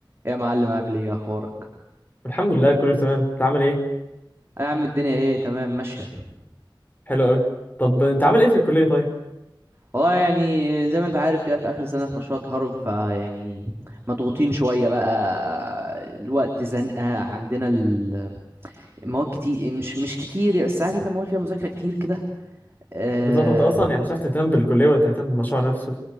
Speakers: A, on the right; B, on the left.
A: يا معلم عامل ايه اخبارك
B: الحمد لله كله تمام انت عامل ايه
A: انا يا عم الدنيا اهي تمام ماشيه
B: حلو قوي طب انت عامل ايه في الكليه طيب
A: والله يعني زي ما انت عارف كده في اخر سنه في مشروع التخرج فيعني مضغوطين شويه بقى الوقت زنقه عندنا ال- المواد كتير مش مش كتير يعني، بس عارف انت مواد فيها مذاكره كتير كده أه
B: بالظبط انت اصلا يعني مش عارف تهتم بالكليه ولا تهتم بالمشروع نفسه